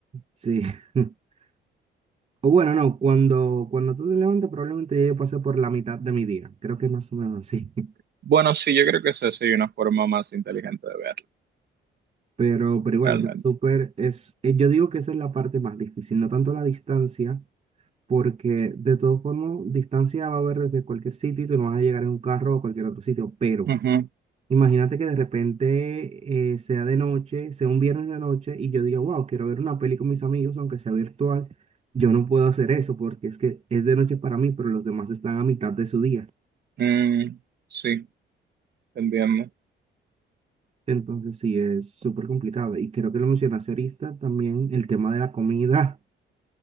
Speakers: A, on the right; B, on the right.
A: sí. <laughs> O bueno, no, cuando, cuando tú te levantes probablemente ya yo pasé por la mitad de mi día, creo que es más o menos así. <laughs>
B: Bueno, sí, yo creo que esa sería una forma más inteligente de verlo,
A: Pero, pero igual,
B: realmente.
A: o sea, súper, es, eh, yo digo que esa es la parte más difícil, no tanto la distancia porque de todos formas, distancia va a haber desde cualquier sitio y tú no vas a llegar en un carro a cualquier otro sitio, pero
B: Ujú.
A: imagínate que de repente eh, sea de noche, sea un viernes de noche y yo diga, wow, quiero ver una peli con mis amigos, aunque sea virtual, yo no puedo hacer eso porque es que es de noche para mí, pero los demás están a mitad de su día.
B: Mm, sí, entiendo.
A: Entonces sí, es súper complicado. Y creo que lo mencionaste ahorita también, el tema de la comida.